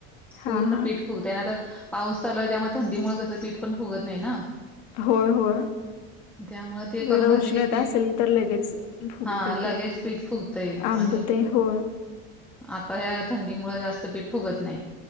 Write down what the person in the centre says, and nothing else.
पूर्ण
पीठ फुगतय नाहीतर पाऊस चालू हाय, त्यामुळे थंडीमुळ कसं पीठ पण फुगत नाही ना?
त्यामुळे ते
करून
घातलं की पीठ
हा लगेच
फुगतंय
आणि
आता ह्या थंडी मूळ जास्त पीठ फुगत नाही.